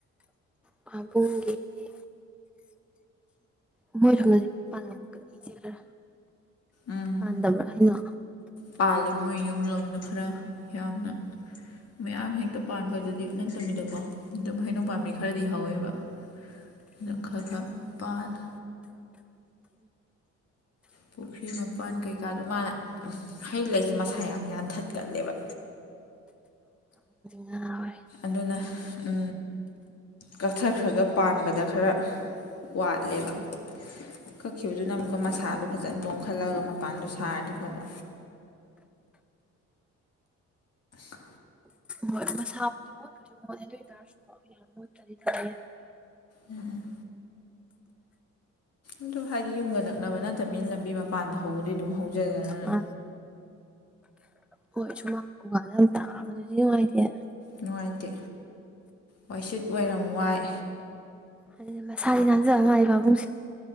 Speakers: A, in the centre; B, on the left.
A: ꯄꯥꯕꯨꯡꯒꯤꯗꯤ ꯑꯣꯏꯣꯏꯔꯗꯤꯔ
B: ꯎꯝ
A: ꯄꯥꯟꯗꯕ꯭ꯔꯥ ꯍꯥꯏꯅ
B: ꯄꯥꯜꯂꯦ ꯃꯣꯏ ꯌꯨꯝ ꯂꯣꯝꯗ ꯈꯔ ꯌꯥꯝꯅ ꯃꯌꯥꯝ ꯍꯦꯛꯇ ꯄꯥꯟꯕ ꯑꯗꯨꯗꯤ ꯅꯠꯇꯕꯤꯗꯀꯣ ꯑꯗꯨꯝ ꯍꯩꯅꯧ ꯄꯥꯝꯕꯤ ꯈꯔꯗꯤ ꯍꯧꯋꯦꯕ ꯑꯗꯨꯝ ꯈꯔ ꯈꯔ ꯄꯥꯜꯂꯦ ꯄꯨꯈ꯭ꯔꯤ ꯃꯄꯥꯟ ꯀꯩꯀꯥꯗꯣ ꯃꯥꯅ ꯍꯩ ꯂꯩꯁꯦ ꯃꯁꯥ ꯌꯥꯝ ꯌꯥꯟꯊꯠꯀꯜꯂꯦꯕ
A: ꯉꯥꯎꯔꯦ
B: ꯑꯗꯨꯅ ꯎ ꯀꯛꯊꯈ꯭ꯔꯒ ꯄꯥꯟꯕꯗ ꯈꯔ ꯋꯥꯠꯂꯦꯕ ꯀꯛꯈꯤꯕꯗꯨꯅ ꯑꯃꯨꯛꯀ ꯃꯁꯥꯗꯨꯣ ꯐꯖꯅ ꯇꯣꯡꯈꯠꯂꯒ ꯃꯄꯥꯟꯗ ꯁꯥꯔꯗꯤ ꯐꯕ ꯑ
A: ꯍꯣꯏ ꯃꯁꯥꯕꯨꯗꯤ ꯃꯣꯠꯄꯨꯗꯤ ꯃꯣꯠꯂꯦ ꯑꯗꯨ ꯑꯣꯏꯇꯥꯔꯁꯨꯀꯣ ꯌꯥꯝ ꯃꯣꯠ ꯗꯤ ꯈꯔꯔꯤꯦ
B: ꯎꯝ ꯑꯗꯨ ꯍꯥꯏꯗꯤ ꯌꯨꯝꯒ ꯅꯛꯅꯕ ꯅꯠꯇꯕꯅꯤꯅ ꯂꯝꯕꯤ ꯃꯄꯥꯟꯗ ꯍꯧꯕꯗꯤ ꯑꯗꯨꯝ ꯍꯧꯖꯗꯅ
A: ꯃꯥ ꯍꯣꯏ ꯁꯨꯃꯥꯡ ꯨꯒꯥꯜꯗ ꯑꯗꯨꯝ ꯇꯥꯕꯗꯨꯗꯤ ꯅꯨꯡꯉꯥꯏꯇꯦ
B: ꯅꯨꯡꯉꯥꯏꯇꯦ ꯋꯥꯏꯁꯤꯠ ꯑꯣꯏꯔꯝ ꯋꯥꯏ
A: ꯑꯗꯨ ꯁꯥ ꯅꯥꯅꯖꯉꯕꯨꯡꯁꯤ